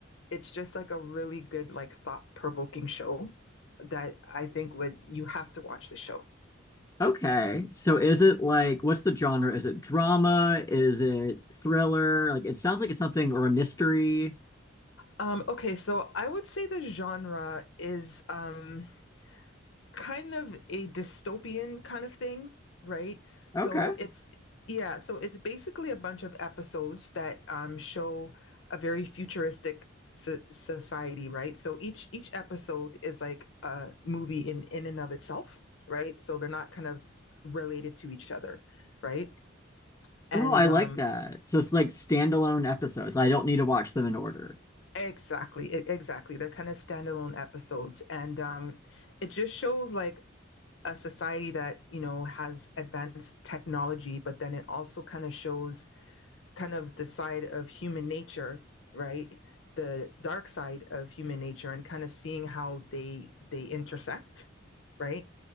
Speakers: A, on the left; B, on the left.
A: it's just like a really good like thought-provoking show that I think would you have to watch the show.
B: Okay. So is it like what's the genre? Is it drama? Is it thriller? Like it sounds like it's something or a mystery.
A: Um, okay, so I would say the genre is um, kind of a dystopian kind of thing, right? So
B: Okay.
A: it's, yeah, so it's basically a bunch of episodes that um, show a very futuristic so- society, right? So each each episode is like a movie in in and of itself, right? So they're not kind of related to each other, right? And
B: Oh, I like
A: um,
B: that. So it's like standalone episodes. I don't need to watch them in order.
A: exactly, e- exactly, they're kind of standalone episodes, and um, it just shows like a society that you know has advanced technology but then it also kind of shows kind of the side of human nature right the dark side of human nature and kind of seeing how they they intersect right